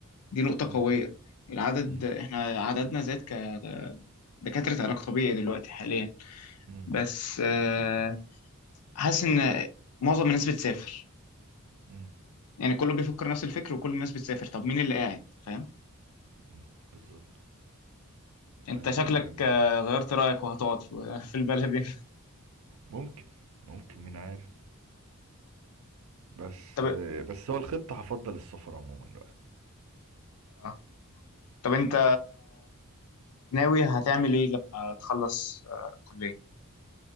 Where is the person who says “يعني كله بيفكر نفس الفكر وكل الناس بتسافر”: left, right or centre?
Left